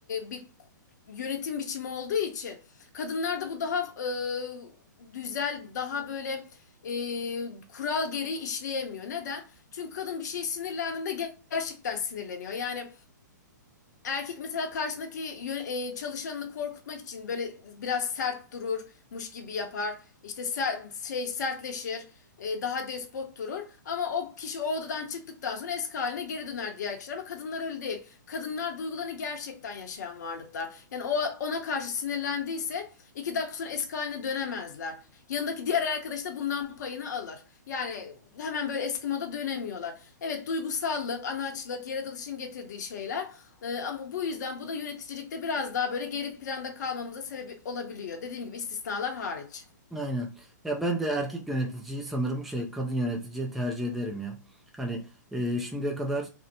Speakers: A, on the left; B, in the centre.
A: bir yönetim biçimi olduğu için kadınlarda bu daha e, düzel, daha böyle e, kural gereği işleyemiyor. Neden? Çünkü kadın bir şeye sinirlendiğinde ger- gerçekten sinirleniyor. Yani Erkek mesela karşısındaki yö- e, çalışanını korkutmak için böyle biraz sert dururmuş gibi yapar. İşte ser- şey sertleşir, e, daha despot durur. Ama o kişi o odadan çıktıktan sonra eski haline geri döner diğer kişiler. Ama kadınlar öyle değil. Kadınlar duygularını gerçekten yaşayan varlıklar. Yani o ona karşı sinirlendiyse iki dakika sonra eski haline dönemezler. Yanındaki diğer arkadaş da bundan payını alır. Yani hemen böyle eski moda dönemiyorlar. Evet duygusallık, anaçlık, yaratılışın getirdiği şeyler. Ee, ama bu yüzden bu da yöneticilikte biraz daha böyle geri planda kalmamıza sebep olabiliyor. Dediğim gibi istisnalar hariç.
B: Aynen. Ya ben de erkek yöneticiyi sanırım şey kadın yöneticiye tercih ederim ya. Hani e, şimdiye kadar